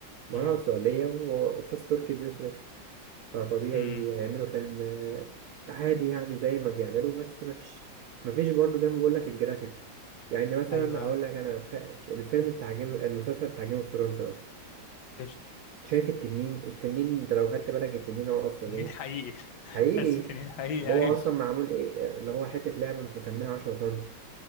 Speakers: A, on the right (about 75°); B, on the left (about 65°).
A: ما
B: امم
A: راحوا السعودية واستاذ تركي بيصرف فطبيعي
B: امم
A: يعملوا فيلم آه، عادي يعني زي ما بيعملوا بس مفيش مفيش برضه زي ما بقول لك الجرافيكس يعني مثلا
B: ايوه
A: اقول لك انا ف- الفيلم بتاع جيم المسلسل بتاع جيم اوف ثرونز مثلا
B: قشطه
A: شايف التنين التنين ده لو خدت بالك التنين هو اصلا
B: تنين
A: ايه
B: حقيقي <laughs>
A: حقيقي
B: تحسه تنين حقيقي
A: هو اصلا معمول ايه اللي هو حتة لعبة مش مكملة 10 سنتي